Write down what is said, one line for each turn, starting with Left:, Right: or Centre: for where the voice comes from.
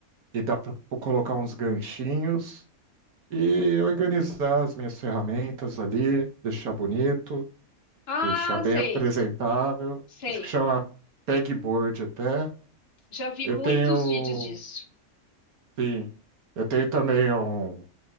Right: e dá para colocar uns ganchinhos e organizar as minhas ferramentas ali, deixar bonito,
Left: Ah,
Right: deixar bem
Left: sei,
Right: apresentável.
Left: sei.
Right: Acho que chama pegboard até.
Left: Já vi
Right: Eu
Left: muitos
Right: tenho,
Left: vídeos disso.
Right: sim, eu tenho também um